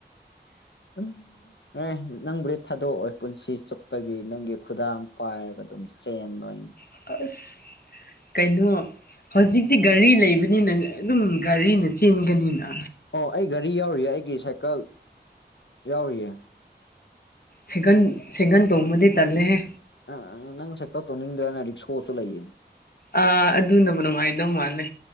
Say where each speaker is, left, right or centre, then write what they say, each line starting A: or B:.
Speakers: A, on the left; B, on the left.
A: ꯎꯝ ꯑꯦ ꯅꯪꯕꯨꯗꯤ ꯊꯥꯗꯣꯛꯑꯣꯏ ꯄꯨꯟꯁꯤ ꯆꯨꯞꯄꯒꯤ ꯅꯪꯒꯤ ꯈꯨꯗꯥꯡ ꯄꯥꯏꯔꯒ ꯑꯗꯨꯝ ꯆꯦꯟꯂꯣꯏꯅꯤ
B: ꯑꯀꯁ ꯀꯩꯅꯣ ꯍꯧꯖꯤꯛꯇꯤ ꯒꯥꯔꯤ ꯂꯩꯕꯅꯤꯅ ꯑꯗꯨꯝ ꯒꯥꯔꯤ ꯅ ꯆꯤꯟꯒꯅꯤꯅ
A: ꯑꯣ ꯑꯩ ꯒꯥꯔꯤ ꯌꯥꯎꯔꯤꯌꯦ ꯑꯩꯒꯤ ꯁꯥꯏꯀꯜ ꯌꯥꯎꯔꯤꯌꯦ
B: ꯁꯦꯒꯟ ꯁꯦꯒꯟ ꯇꯣꯡꯕꯗꯤ ꯇꯜꯂꯦꯍꯦ
A: ꯑ ꯅꯪꯁꯦ ꯀꯠꯇꯣ ꯅꯤꯡꯗ꯭ꯔ ꯑꯩꯅ ꯔꯤꯛꯁꯣꯁꯨ ꯂꯩꯌꯦꯦ
B: ꯑ ꯑꯗꯨꯕꯨ ꯅꯨꯡꯉꯥꯏꯗꯧ ꯃꯥꯜꯂꯦ